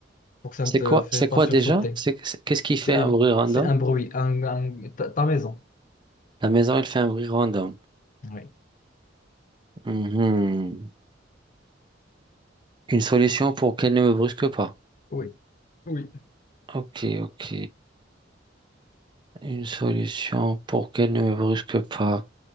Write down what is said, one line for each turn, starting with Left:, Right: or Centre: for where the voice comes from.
Left: pour que ça
Right: C'est
Left: ne te
Right: quoi,
Left: fait
Right: c'est
Left: pas
Right: quoi
Left: sursauter.
Right: déjà? C'est, c'est- qu'est-ce qui
Left: C'est
Right: fait
Left: un,
Right: un bruit random?
Left: c'est un bruit, un, un- ta, ta maison.
Right: La maison, elle fait un bruit random.
Left: Oui,
Right: Mhm. Une solution pour qu'elle ne me brusque pas.
Left: oui, oui.
Right: Ok, ok. Une solution pour qu'elle ne me brusque pas.